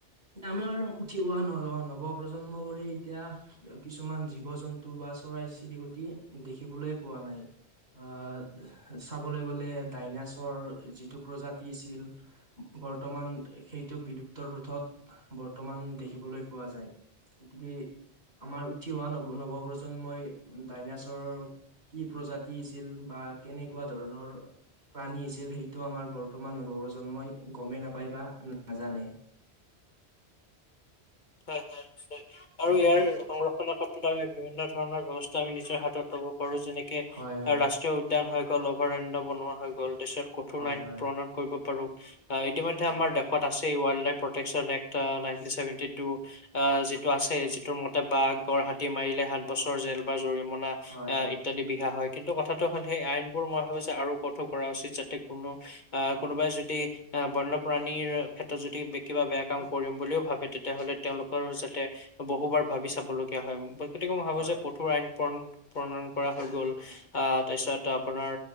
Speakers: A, on the right; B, on the left.
A: আমি আৰু উঠি অহা ন নৱ প্ৰজন্ম বোৰে এতিয়া কিছুমান জীৱ-জন্তু বা চৰাই চিৰিকটি দেখিবলৈ পোৱা নাই। অ', চাবলে গ'লে ডাইনাছৰ যিটো প্ৰজাতিৰ ছিল। বৰ্তমান সেইটো বিলুপ্তৰ পথত বৰ্তমান দেখিবলৈ পোৱা যায়। গতিকে আমাৰ উঠি অহা নৱ-নৱপ্ৰজন্মই ডাইনাছৰ কি প্ৰজাতি আছিল, বা কেনেকুৱা ধৰণৰ প্ৰাণী আছিল সেইটো আমাৰ বৰ্তমান নৱপ্ৰজন্মই গমেই নাপায় বা নাজানে।
B: হয়, হয়। আৰু ইয়াৰ সংৰক্ষনৰ ক্ষেত্ৰত আমি বিভিন্ন ধৰণৰ ব্যৱস্থা আমি নিজৰ হাতত ল'ব কৰোঁ, যেনেকে
A: হয় হয়।
B: ৰাষ্ট্ৰীয় উদ্যান হৈ গ'ল, অভয়াৰণ্য। বনোৱা হৈ গ'ল, তাৰচত কঠোৰ
A: হয়
B: আইন
A: হয়
B: প্ৰণব কৰিব পাৰোঁ, আ, ইতিমধ্যে
A: হয়
B: আমাৰ <unintelligible> আছ <unintelligible> লাইফ প্ৰটেকচন একটা নাইনটি ছেভেটি টো অ যিটো আছে। যিটোৰ মতে বাঘ গড় হাতী মাৰিলে সাত বছৰ জেল বা জৰিম। পূণ
A: হয় হয়
B: ইত্যাদি বিহা হয়। কিন্তু কথাটো হ'ল, সেই আইনবোৰ মই ভাবোঁ যে, আৰু কঠোৰ কৰা উচিত যাতে কোনো আ, কোনোবাই যদি অ বন্যপ্ৰাণীৰ ক্ষেত্ৰত যদি কিবা বেয়া কাম কৰিম বুলিও ভাবে তেতিয়া। তেতিয়াহ'লে তেওঁলোকৰ যাতে বহুবাৰ ভাবি চাবলগীয়া হয়, গতিকে মই ভাবোঁ
A: হয়
B: যে, কঠোৰ আইন প্ৰণ প্ৰণয়ন কৰা হৈ গ'ল। আহ তাৰপিছত আপোনাৰ